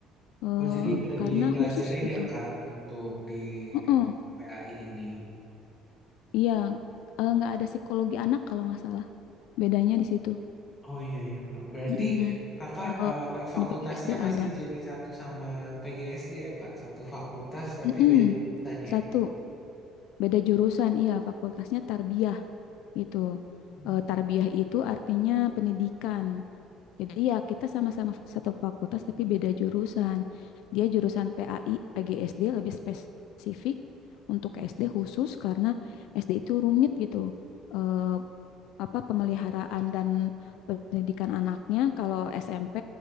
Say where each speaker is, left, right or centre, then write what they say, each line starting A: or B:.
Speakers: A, on the left; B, on the left.
A: Eh,
B: Oh jadi nggak
A: karena
B: dipelajarin
A: khusus gitu.
B: ya Kak untuk di
A: Mm-mm.
B: PAI ini?
A: Iya, eh, nggak ada psikologi anak kalau nggak salah. Bedanya di situ.
B: Oh iya iya Kak. Berarti
A: Mm-mm.
B: Kakak
A: Kalau
B: eh, fakultasnya
A: di PGSD
B: masih
A: ada.
B: jadi satu sama PGSD ya Kak. Satu fakultas tapi
A: Mm-mm.
B: beda jurusan
A: Satu,
B: ya.
A: beda jurusan. Iya, fakultasnya tarbiyah gitu.
B: Hmm,
A: Eh, tarbiyah itu artinya pendidikan. Jadi ya kita sama-sama satu fakultas tapi beda jurusan. Dia jurusan PAI, PGSD lebih spesifik untuk SD khusus karena SD itu rumit gitu. Eh, apa pemeliharaan dan pendidikan anaknya kalau SMP